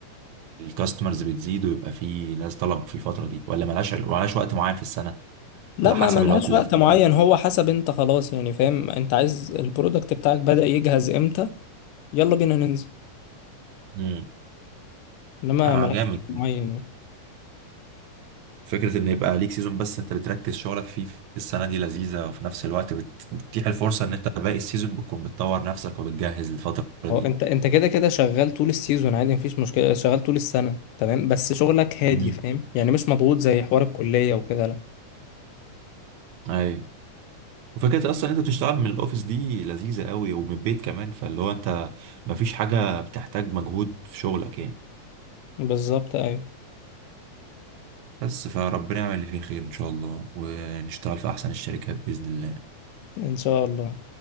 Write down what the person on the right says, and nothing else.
الكاستمرز بتزيد ويبقى فيه ناس طلب في الفتره دي ولا ملهاش ملهاش وقت معين في السنه
على
حسب
الوقت اللي
هتبقى
فيه
امم
آه
جامد
فكره ان يبقى ليك سيزون بس انت بتركز شغلك فيه في السنه دي لذيذه وفي نفس الوقت بت- بتتيح الفرصه ان انت باقي السيزون بتكون بتطور نفسك وبتجهز للفتره
دي
امم
ايوه وفكرة أصلا أنت بتشتغل من الأوفيس دي لذيذة قوي ومن البيت كمان فاللي هو أنت مفيش حاجة بتحتاج مجهود في شغلك يعني
بس فربنا يعمل اللي فيه الخير إن شاء الله ونشتغل في أحسن الشركات بإذن الله